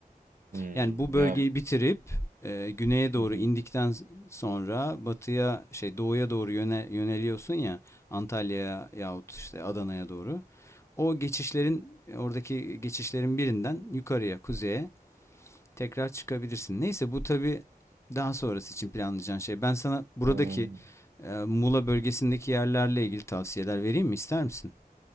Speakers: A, on the right; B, on the left.
A: Hmm.
B: Yani bu bölgeyi
A: Ya.
B: bitirip e, güneye doğru
A: Hı hı.
B: indikten sonra batıya şey doğuya doğru yöne, yöneliyorsun ya Antalya'ya yahut işte Adana'ya doğru. O geçişlerin oradaki geçişlerin birinden yukarıya kuzeye tekrar çıkabilirsin. Neyse bu tabii daha sonrası için planlayacağın şey. Ben sana buradaki
A: Ee,
B: e, Muğla bölgesindeki yerlerle ilgili tavsiyeler vereyim mi? İster misin?